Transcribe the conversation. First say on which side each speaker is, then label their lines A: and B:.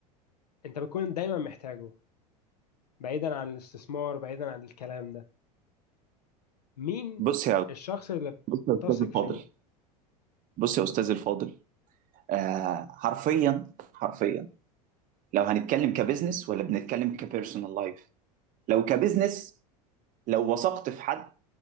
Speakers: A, on the left; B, on the right.
A: انت بتكون دايما محتاجه بعيدا عن الاستثمار بعيدا عن الكلام ده مين
B: بص يا
A: الشخص اللي
B: بص يا استاذ
A: بتثق
B: الفاضل
A: فيه
B: بص يا استاذ الفاضل آه حرفيا حرفيا لو هنتكلم كبزنس ولا بنتكلم كبيرسونال لايف لو كبزنس لو وثقت في حد